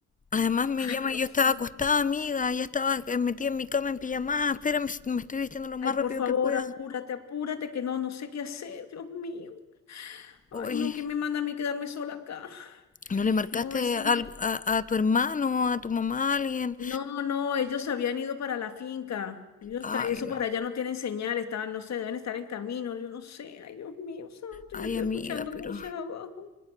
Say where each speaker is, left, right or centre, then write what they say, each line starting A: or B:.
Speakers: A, on the left; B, on the left.
A: además me
B: Ay,
A: llama,
B: no
A: yo
B: sé.
A: estaba acostada, amiga, ya estaba eh, metida en mi cama en pijamada. Espérame, s- me estoy vistiendo lo más
B: Ay, por
A: rápido
B: favor,
A: que pueda.
B: apúrate, apúrate, que no, no sé qué hacer, Dios mío. Ay,
A: Oye,
B: no, ¿quién me manda a mí quedarme sola acá?
A: ¿no le marcaste
B: No, encima-
A: algo a, a tu hermano, a tu mamá, a alguien?
B: no, no, ellos se habían ido para la finca. Ellos está,
A: Ay,
B: eso
A: no.
B: para allá no tienen señal, estaban, no sé, deben estar en camino, yo no sé, ay Dios mío, santo,
A: Ay,
B: yo estoy
A: amiga,
B: escuchando
A: pero...
B: voces abajo.